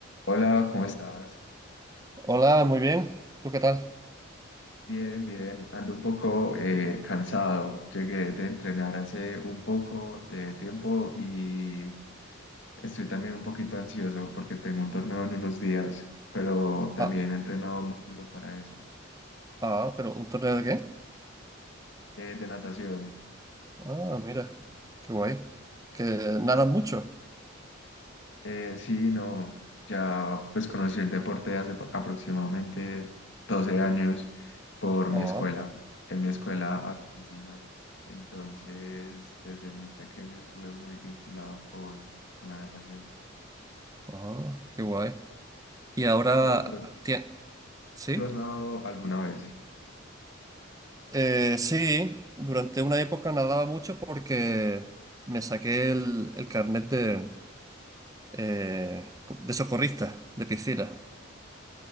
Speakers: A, on the left; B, on the right.
A: Hola, ¿cómo estás?
B: Hola, muy bien. ¿Tú qué tal?
A: Bien, bien. Ando un poco eh, cansado. Llegué de entrenar hace un poco de tiempo y estoy también un poquito ansioso porque tengo un torneo en unos días, pero también
B: Ah,
A: he entrenado muy duro para eso.
B: ah, pero ¿un torneo de qué?
A: Eh, de natación.
B: Ah, mira, qué guay. ¿Que nadan mucho?
A: Eh, sí, no, ya pues conocí el deporte hace pa- aproximadamente 12 años por mi
B: Ah,
A: escuela. En mi escuela había piscina, entonces desde muy pequeño estuve muy vinculado con, con la natación.
B: ah, qué guay. Y ahora,
A: ¿Tú, de pron-
B: tie- ¿sí?
A: ¿Tú has nadado alguna vez?
B: Eh, sí, durante una época nadaba mucho porque me saqué el, el carnet de, eh, de socorrista de piscina.